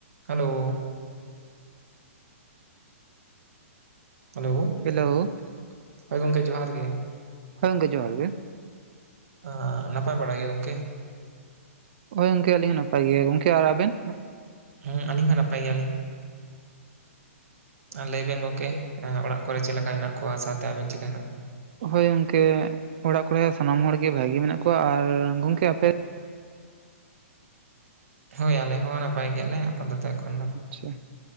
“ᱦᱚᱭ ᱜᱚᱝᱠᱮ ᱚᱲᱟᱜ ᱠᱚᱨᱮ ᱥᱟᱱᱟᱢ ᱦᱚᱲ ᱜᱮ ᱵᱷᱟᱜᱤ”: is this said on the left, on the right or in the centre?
Right